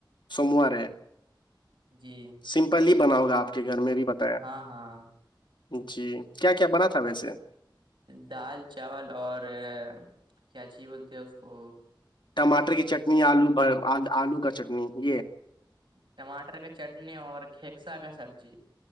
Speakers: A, on the left; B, on the right.
A: سوموار ہے
B: جی
A: سمپلی ہی بناؤ گا آپ کے گھر میں بھی بتا
B: ہاں ہاں
A: جی کیا کیا بنا تھا ویسے
B: دال چاول اور کیاچی بولتے ہیں اس کو
A: ٹماٹر کی چٹنی آلو بھر آلو کا چٹنی یہ
B: ٹماٹر کا چٹنی اور کھییکسا کا سبزی